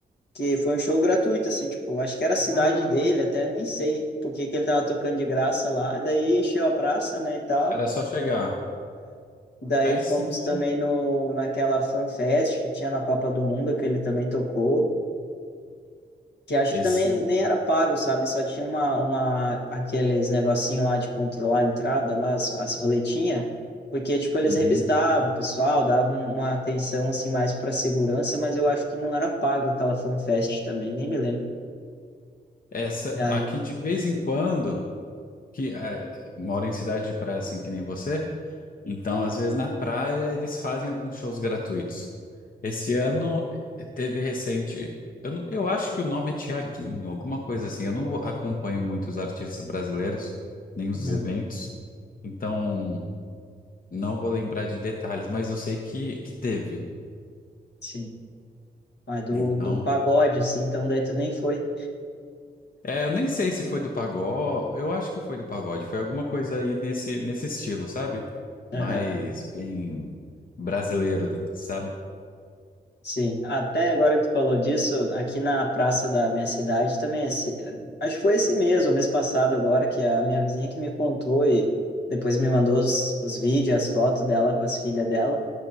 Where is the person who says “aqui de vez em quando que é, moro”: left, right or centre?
Left